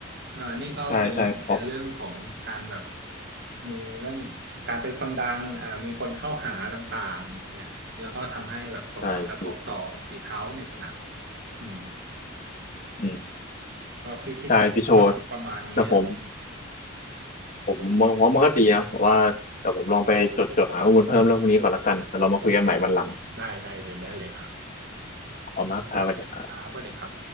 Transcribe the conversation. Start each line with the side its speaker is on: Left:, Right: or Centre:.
Right: เออนี่ก็เป็นเป็นเรื่องของการแบบ
Left: ใช่ใช่พอ
Right: มีเรื่องการเป็นคนดังอ่ามีคนเข้าหาต่างๆเนี่ยแล้วก็ทำให้แบบส่งผลกระทบต่อฝีเท้าในสนาม
Left: ใช่พี่
Right: อืม
Left: อืม
Right: ก็พี่คิดประประมาณนี้อืม
Left: ใช่พี่โชดแต่ผมผมมองว่ามันก็ดีนะแต่ว่าแต่ผมลองไปจดจดหาข้อมูลเพิ่มเรื่องพวกนี้ก่อนละกันแล้วเรามาคุยกันใหม่วันหลัง
Right: ได้ได้เลยได้เลยครับ
Left: ขอบคุณมากครับสวัสดีครับ
Right: ครับก็เลยครับ